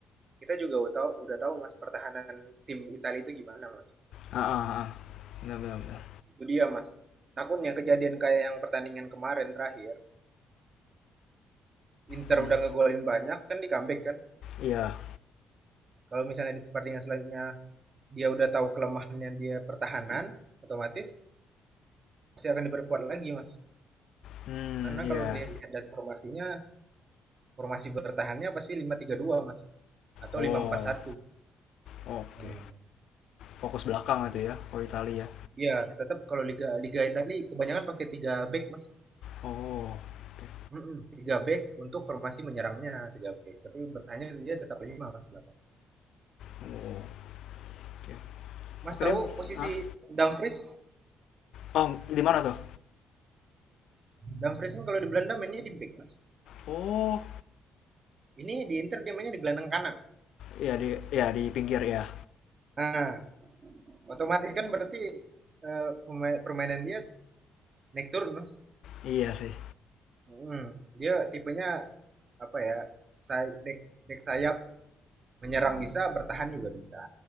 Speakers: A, on the right (about 40°); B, on the left (about 75°).
A: kita juga udah tahu udah tahu Mas pertahanan tim Italia itu gimana Mas
B: Ah ah ah. Benar benar benar.
A: itu dia Mas takutnya kejadian kayak yang pertandingan kemarin terakhir Inter
B: Hmm,
A: udah ngegolin banyak kan di comeback kan.
B: iya.
A: Kalau misalnya di pertandingan selanjutnya dia udah tahu kelemahannya dia pertahanan, otomatis pasti akan diperkuat lagi, Mas.
B: Hmm,
A: Karena
B: iya.
A: kalau dilihat dari formasinya, formasi bertahannya pasti lima tiga dua Mas. Atau
B: Oh,
A: lima empat satu.
B: oke.
A: Hmm.
B: Fokus belakang itu ya, kalau Italia.
A: Iya, tetap kalau liga liga Italia kebanyakan pakai 3 back, Mas.
B: Oh, oke.
A: Mm-mm, tiga back untuk formasi menyerangnya tiga back tapi bertanya dia tetap lima mas belakang
B: Oh, Oke
A: mas
B: Oke
A: tahu
B: deh.
A: posisi
B: Ah,
A: Dumfries
B: oh di mana tuh?
A: Dumfries kan kalau di Belanda mainnya di back mas
B: oh,
A: ini di Inter dia mainnya di gelandang kanan.
B: Iya di ya di pinggir ya.
A: Nah, otomatis kan berarti eh, permainan dia naik turun, Mas.
B: Iya sih.
A: Hmm, dia tipenya apa ya? Say, back, back sayap menyerang bisa, bertahan juga bisa.